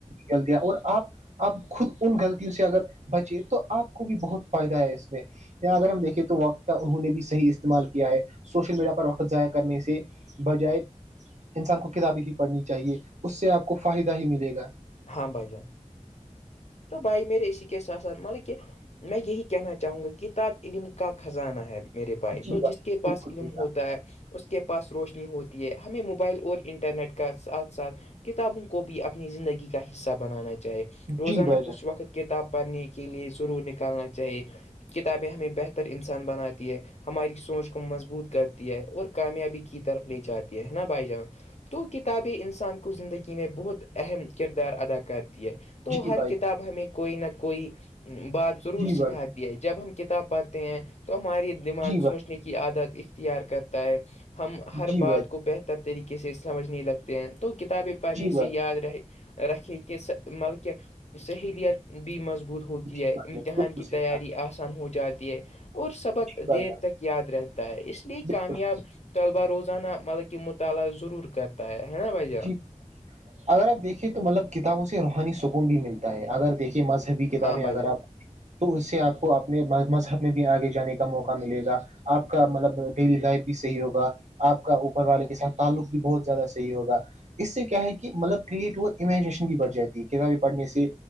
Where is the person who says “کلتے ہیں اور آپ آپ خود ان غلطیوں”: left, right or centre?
Right